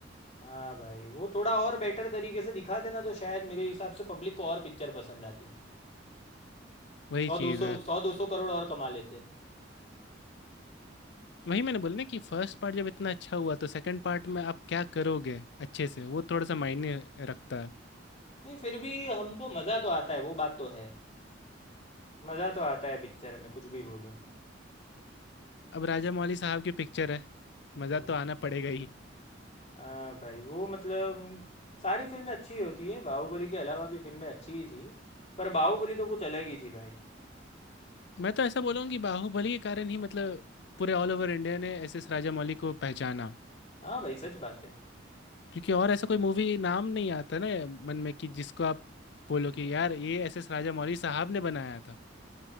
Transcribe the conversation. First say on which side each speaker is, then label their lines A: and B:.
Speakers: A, on the left; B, on the left.
A: हाँ भाई वो थोड़ा और बेटर तरीके से दिखाते ना तो शायद मेरे हिसाब से पब्लिक को और पिक्चर पसंद आती
B: वही
A: सौ
B: चीज
A: दो सौ सौ दो सौ करोड़ और कमा लेते
B: वही मैंने बोला ना कि फर्स्ट पार्ट जब इतना अच्छा हुआ तो सेकंड पार्ट में आप क्या करोगे अच्छे से वो थोड़ा सा मायने रखता है
A: नहीं फिर भी हमको मज़ा तो आता है वो बात तो है मज़ा तो आता है पिक्चर में कुछ भी बोलो
B: अब राजा मौली साहब की पिक्चर है
A: हम्म,
B: मज़ा तो आना पड़ेगा ही
A: हाँ भाई वो मतलब सारी फिल्में अच्छी होती है बाहुबली के अलावा भी फिल्में अच्छी ही थी पर बाहुबली तो कुछ अलग ही थी भाई
B: मैं तो ऐसा बोलूँ कि बाहुबली के कारण ही मतलब पूरे ऑल ओवर इंडिया ने एस एस राजा मौली को पहचाना
A: हाँ भाई सच बात है
B: क्योंकि और ऐसा कोई मूवी नाम नहीं आता ना मन में कि जिसको आप बोलो कि यार ये एस एस राजा मौली साहब ने बनाया था